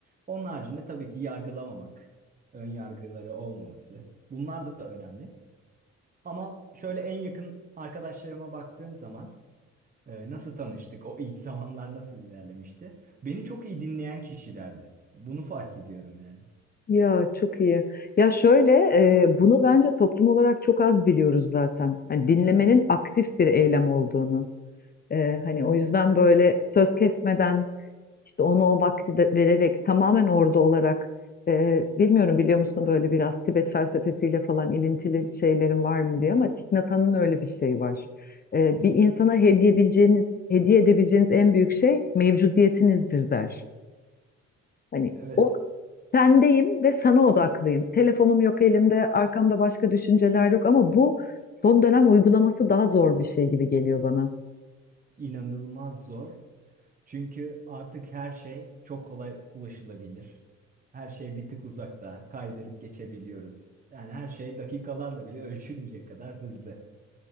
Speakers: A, on the right; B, on the left.
A: Onun haricinde tabii ki yargılamamak, ön yargıları olmaması. Bunlar da önemli. Ama şöyle en yakın arkadaşlarıma baktığım zaman Ee, nasıl tanıştık? O ilk zamanlar nasıl ilerlemişti? Beni çok iyi dinleyen kişilerdi. Bunu fark ediyorum yani.
B: Ya çok iyi. Ya şöyle e, bunu bence toplum olarak çok az biliyoruz zaten. Hani dinlemenin aktif bir eylem olduğunu. E, hani o yüzden böyle söz kesmeden işte onu o vakti de vererek tamamen orada olarak e, bilmiyorum biliyor musun böyle biraz Tibet felsefesiyle falan ilintili şeylerin var mı diye ama Thich Nhat Hanh'ın öyle bir şey var. E, bir insana hediye edebileceğiniz, hediye edebileceğiniz en büyük şey mevcudiyetinizdir der. Hani
A: Evet,
B: o sendeyim ve sana odaklıyım. Telefonum yok elimde, arkamda başka düşünceler yok ama bu son dönem uygulaması daha zor bir şey gibi geliyor bana.
A: inanılmaz zor. Çünkü artık her şey çok kolay ulaşılabilir. Her şey bir tık uzakta, kaydırıp geçebiliyoruz. Yani her şey dakikalarla bile <laughs> ölçülmeyecek kadar hızlı.